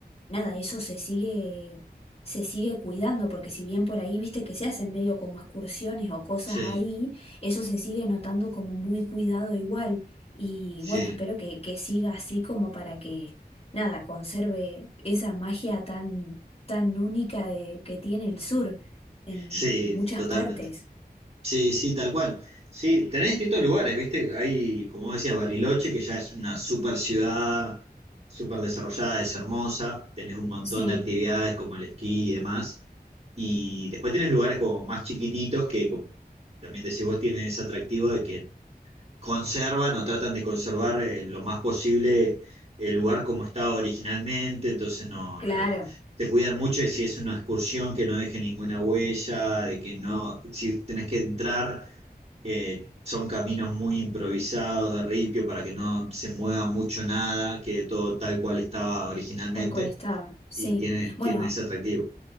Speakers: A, on the left; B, on the right.
A: nada, eso se sigue, se sigue cuidando, porque si bien por ahí, viste que se hacen medio como excursiones o cosas
B: Sí,
A: ahí, eso se sigue notando como muy cuidado igual. Y
B: sí,
A: bueno, espero que, que siga así como para que, nada, conserve esa magia tan, tan única de, que tiene el sur en,
B: sí,
A: en muchas
B: totalmente.
A: partes.
B: Sí, sí, tal cual. Sí, tenés distintos lugares, ¿viste? Hay, como decía, Bariloche, que ya es una super ciudad, súper desarrollada, es hermosa. Tenés un montón
A: Sí,
B: de actividades como el esquí y demás. Y después tenés lugares como más chiquititos que, como también decís vos, tienen ese atractivo de que conservan o tratan de conservar eh, lo más posible el lugar como estaba originalmente, entonces no,
A: claro,
B: eh, se cuidan mucho de si es una excursión que no deje ninguna huella, de que no, si tenés que entrar, eh, son caminos muy improvisados de ripio para que no se mueva mucho nada, que todo tal cual estaba originalmente
A: tal cual estaba. Sí.
B: y tienen,
A: Bueno,
B: tienen ese atractivo.